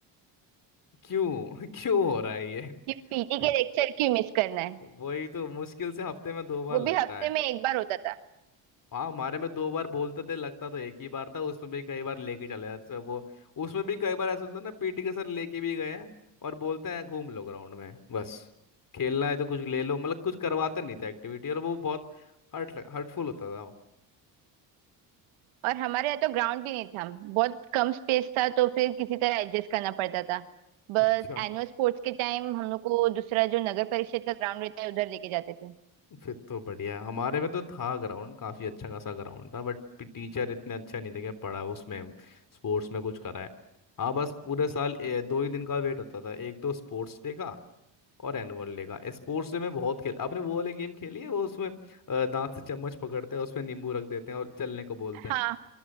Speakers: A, on the left (about 40°); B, on the right (about 75°).
A: क्यों <laughs> क्यों हो रहा है ये
B: कि पीटी के
A: <laughs>
B: लेक्चर क्यों मिस करना है
A: वही तो मुश्किल से हफ्ते में दो बार
B: वो
A: लगता
B: भी हफ्ते
A: है
B: में एक बार होता था
A: हाँ हमारे में दो बार बोलते थे लगता तो एक ही बार था उसमें भी कई बार लेके चले जाते थे वो उसमें भी कई बार ऐसा होता था ना पीटी के सर लेके भी गए हैं और बोलते हैं घूम लो ग्राउंड में बस खेलना है तो कुछ ले लो मतलब कुछ करवाते नहीं थे एक्टिविटी और वो बहुत हर्ट हर्टफुल होता था वो।
B: और हमारे यहाँ तो ग्राउंड भी नहीं था बहुत कम स्पेस था तो फिर किसी तरह एडजस्ट करना पड़ता था बस
A: अच्छा
B: एनुअल स्पोर्ट्स के टाइम हम लोग को दूसरा जो नगर परिषद का ग्राउंड रहता है उधर लेके जाते थे
A: फिर तो बढ़िया है। हमारे में तो था ग्राउंड काफी अच्छा खासा ग्राउंड था बट टीचर इतने अच्छा नहीं थे कि पढ़ा उसमें स्पोर्ट्स में कुछ कराए हाँ बस पूरे साल ए, दो ही दिन का वेट होता था एक तो स्पोर्ट्स डे का और एनुअल डे का स्पोर्ट्स डे में बहुत खेल आपने वो वाले गेम खेली है वो उसमें अ, दांत से चम्मच पकड़ते हैं उसमें नींबू रख देते हैं और चलने को बोलते
B: हाँ
A: हैं